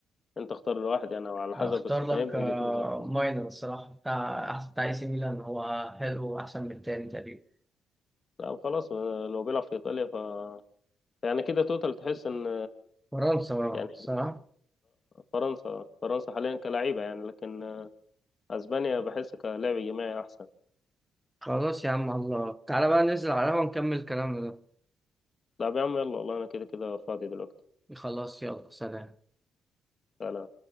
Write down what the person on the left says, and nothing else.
انت اختار الواحد يعني او على حسب
بس
فاهم وجهة
نظرك
او خلاص لو بيلعب في ايطاليا ف يعني كده توتال تحس ان
يعني
فرنسا فرنسا حاليا كلعيبه يعني لكن اسبانيا بحس كلعب جماعي احسن
طب يا عم يلا والله انا كده كده فاضي دلوقتي
تعالى